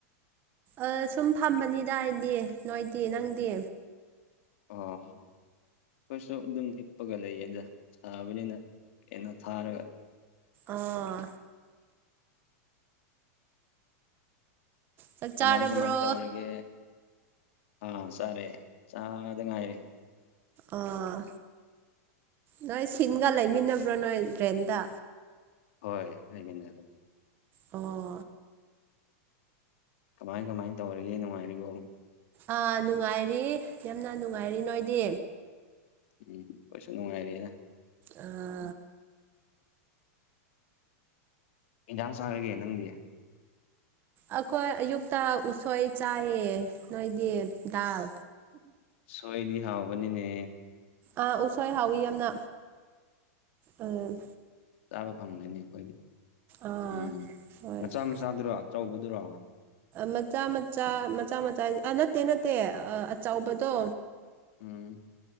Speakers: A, on the right (about 25°); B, on the left (about 50°).
A: ꯑ ꯁꯨꯝ ꯐꯝꯕꯅꯤꯗ ꯍꯥꯏꯗꯤ ꯅꯣꯏꯗꯤ ꯅꯪꯗꯤ
B: ꯑꯣ ꯀꯩꯁꯨ ꯑꯗꯨꯝ ꯍꯤꯞꯄꯒ ꯂꯩꯌꯦꯗ ꯊꯕꯅꯤꯅ ꯀꯩꯅ ꯊꯥꯔꯒ
A: ꯑꯥ ꯆꯥꯛ
B: ꯀꯃꯥꯏ
A: ꯆꯥꯔꯕ꯭ꯔꯣ
B: ꯀꯃꯥꯏ ꯇꯧꯔꯒꯦ ꯑꯥ ꯆꯥꯔꯑꯦ ꯆꯥꯗ ꯉꯥꯏꯔꯦ
A: ꯑꯥ ꯅꯣꯏ ꯁꯤꯟꯒ ꯂꯩꯃꯤꯟꯅꯕ꯭ꯔꯣ ꯅꯣꯏ ꯗ꯭ꯔꯦꯟꯗ
B: ꯍꯣꯏ ꯂꯩꯕꯤꯟꯅꯔ
A: ꯑꯣ
B: ꯀꯃꯥꯏ ꯀꯃꯥꯏꯅ ꯇꯧꯔꯤꯒꯦ ꯅꯨꯡꯉꯥꯏꯔꯤꯕꯣ
A: ꯑꯥ ꯅꯨꯡꯉꯥꯏꯔꯤ ꯌꯥꯝꯅ ꯅꯨꯡꯉꯥꯏꯔꯤ ꯅꯣꯏꯗꯤ
B: ꯎꯝ ꯀꯩꯁꯨ ꯅꯨꯡꯉꯥꯏꯔꯦꯅ
A: ꯑꯥ
B: ꯌꯦꯟꯖꯥꯡ ꯆꯥꯔꯒꯦ ꯅꯪꯗꯤ
A: ꯑꯩꯈꯣꯏ ꯑꯌꯨꯛꯇ ꯎꯁꯣꯏ ꯆꯥꯏꯌꯦ ꯅꯣꯏꯗꯤ ꯗꯜ
B: ꯁꯣꯏꯗꯤ ꯍꯥꯎꯕꯅꯤꯅꯦ
A: ꯑ ꯎꯁꯣꯏ ꯍꯥꯎꯤ ꯌꯥꯝꯅ ꯎꯝ
B: ꯆꯥꯕ ꯐꯪꯒꯅꯤ ꯑꯩꯈꯣꯏꯗꯤ
A: ꯑꯥ
B: ꯎꯝ
A: ꯍꯣꯏ
B: ꯃꯆꯥ ꯃꯆꯥꯗꯨꯔꯣ ꯑꯆꯧꯕꯗꯨꯔꯣ
A: ꯃꯆꯥ ꯃꯆꯥ ꯃꯆꯥ ꯃꯆꯥ ꯑ ꯅꯠꯇꯦ ꯅꯠꯇꯦ ꯑꯆꯕꯗꯣ
B: ꯎꯝ